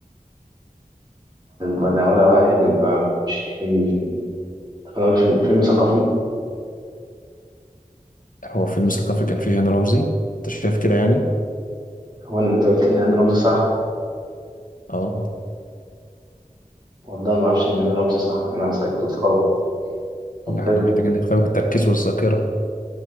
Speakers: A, on the right (about 30°); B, on the left (about 65°).
A: ولا ولا واحد يبقى مش الفيلم اللي فاتني طب أنا أقول فيلم فيلم ثقافي
B: هو فيلم ثقافي كان فيه هاني رمزي انت شايف كده يعني
A: هو أنت قلت لي إن هاني رمزي صح
B: اه
A: والله ما أعرفش إن هاني رمزي صح أنا حسيت كنت غلط طب
B: لا،
A: حلو
B: احنا محتاجين نختبر التركيز والذاكرة